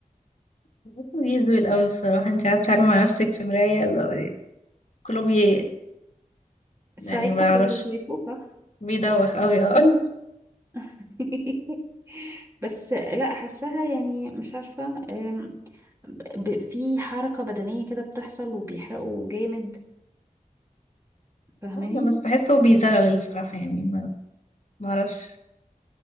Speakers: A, on the left; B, on the right.
A: بس بيزول قوي الصراحة انت قاعدة بتتعاملي مع نفسك في مراية لا، كله بي يعني
B: سايكو
A: ما بعرفش
B: بتقول سايكو صح
A: بيدوخ قوي اه <laughs>
B: <laughs> بس لا حاساها يعني مش عارفة أم، ب- في حركة بدنية كده بتحصل وبيحرقوا جامد فاهماني
A: ممكن بس بحسه بيزغل الصراحة يعني ما ما اعرفش